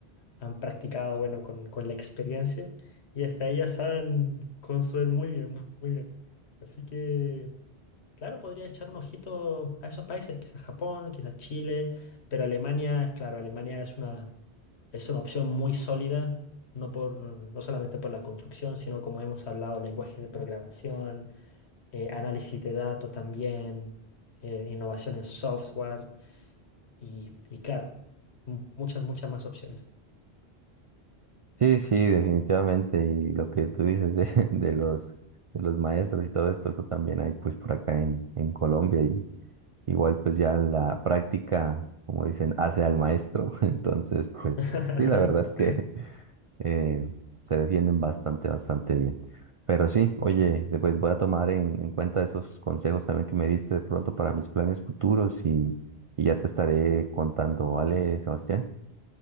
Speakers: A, on the left; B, on the right.
A: han practicado, bueno, con, con la experiencia y hasta ellas saben construir muy bien, mu- muy bien. Así que, claro, podría echar un ojito a esos países, quizás Japón, quizás Chile, pero Alemania, claro, Alemania es una, es una opción muy sólida. No, por, no solamente por la construcción, sino como hemos hablado, lenguaje de programación, eh, análisis de datos también, eh, innovación en software. Y, y claro, mu- muchas, muchas más opciones.
B: Sí, sí, definitivamente. Y lo que tú dices de, <laughs> de los, de los maestros y todo esto, eso también hay pues por acá en, en Colombia. Y Igual pues ya la práctica, como dicen, hace al maestro. <laughs> Entonces, pues
A: <laughs>
B: sí, la verdad es que <laughs> eh, se defienden bastante, bastante bien. Pero sí, oye, después voy a tomar en, en cuenta esos consejos también que me diste de pronto para mis planes futuros y, y ya te estaré contando, ¿vale, Sebastián?